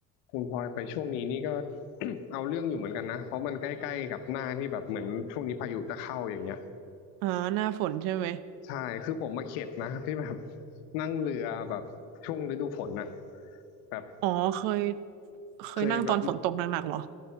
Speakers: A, on the left; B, on the right.
A: คุณพลอยไปช่วงนี้นี่ก็ <coughs> <clears throat> เอาเรื่องอยู่เหมือนกันนะเพราะมันใกล้ๆกับหน้าที่แบบเหมือนช่วงนี้พายุจะเข้าอย่างเงี้ย
B: อ่าหน้าฝนใช่ไหม
A: ใช่คือผมมาเข็ดนะที่แบบนั่งเรือแบบช่วงฤดูฝนน่ะแบบ
B: อ๋อเคยเคยนั่งตอนฝนตกหนักๆเหรอ
A: เคยแบบ